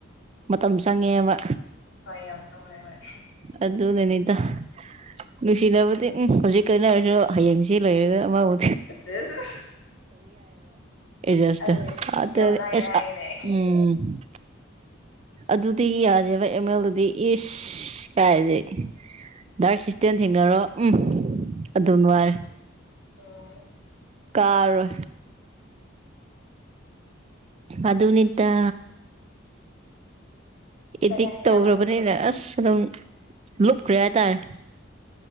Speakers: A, on the right; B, on the left.
A: ꯃꯇꯝ ꯆꯪꯉꯦꯕ
B: ꯍꯣꯏ ꯑ ꯆ ꯍꯣꯏ ꯍꯣꯏ
A: ꯑꯗꯨꯅꯅꯤꯗ ꯅꯨꯡꯁꯤꯅꯕꯗꯤ ꯎꯝ ꯍꯧꯖꯤꯛ ꯀꯟꯅꯔꯁꯤ ꯍꯌꯦꯡꯁꯤ ꯂꯩꯣꯏꯔꯒ ꯑꯃꯕꯨ
B: ꯑꯁꯁ
A: ꯑꯦꯖꯁꯇꯣ
B: ꯑꯗꯨ
A: ꯑꯗ
B: ꯌꯃ ꯍꯥꯏꯅ
A: ꯑꯦꯁ
B: ꯍꯥꯏꯅꯦ
A: ꯎꯝ ꯑꯗꯨꯗꯤ ꯌꯥꯖꯕ ꯑꯦꯝ ꯑꯦꯜꯗꯨꯗꯤ ꯏꯁ ꯀꯥꯏꯁꯦ ꯗꯔꯛ ꯁꯤꯁꯇꯦꯝ ꯊꯦꯡꯅꯔꯣ ꯎꯝ ꯑꯗꯨꯝ ꯅꯨꯡꯉꯔꯦ
B: ꯎꯝ
A: ꯀꯥꯔ ꯃꯗꯨꯅꯤꯗ ꯏꯗꯤꯛ
B: ꯍꯣꯏꯗ
A: ꯇꯧꯈ꯭ꯔꯕꯅꯤꯅ
B: ꯌꯥꯝ
A: ꯑꯁ ꯑꯗꯨꯝ ꯂꯨꯞꯈ꯭ꯔꯦ ꯍꯥꯏꯇꯥꯔꯦ